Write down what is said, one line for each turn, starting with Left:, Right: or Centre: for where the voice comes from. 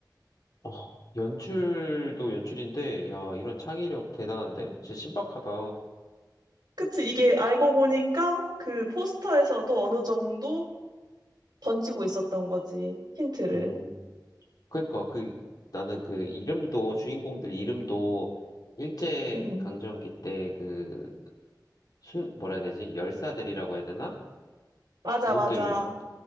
Left: 어, 연출도 연출인데, 야, 이런 창의력 대단한데? 진짜 신박하다.
Right: 그치, 이게 알고 보니까 그 포스터에서도 어느 정도 던지고 있었던 거지. 힌트를.
Left: 음, 그러니까 그 나는 그 이름도 주인공들 이름도 일제
Right: 응, 응.
Left: 강점기 때 그 순 뭐라 해야 되지? 열사들이라고 해야 되나?
Right: 맞아,
Left: 그분들
Right: 맞아.